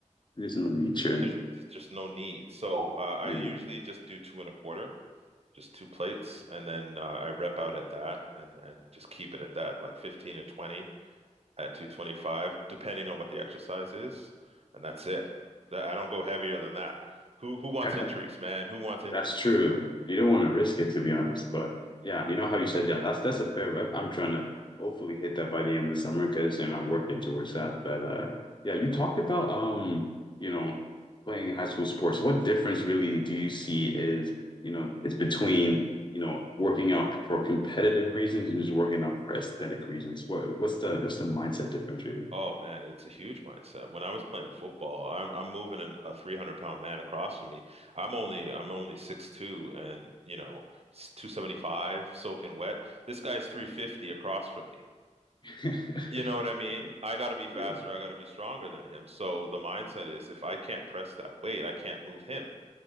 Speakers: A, on the left (about 40°); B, on the right (about 55°).
A: There's no need, true.
B: There's just, just no need. So uh, I
A: Yeah.
B: usually just do two and a quarter, just two plates, and then uh, I rep out at that and and just keep it at that, like 15 or 20 at 225, depending on what the exercise is, and that's it. Th- I don't go heavier than that. Who who wants
A: <laughs>
B: injuries, man? Who wants injuries?
A: That's true. You don't want to risk it, to be honest. But yeah, you know how you said, yeah, that's that's a fair rep. I'm trying to hopefully hit that by the end of the summer because, and I'm working towards that. But uh, yeah, you talked about um, you know, playing high school sports. What difference really do you see is, you know, is between, you know, working out for competitive reasons and just working out for aesthetic reasons? What what's the what's the mindset difference really?
B: Oh man, it's a huge mindset. When I was playing football, I'm I'm moving an, a 300 pound man across from me. I'm only I'm only six two and, you know, 275 soaking wet. This guy's 350 across from me.
A: <laughs>
B: You know what I mean? I got to be faster,
A: Yeah.
B: I got to be stronger than him. So the mindset is if I can't press that weight, I can't move him.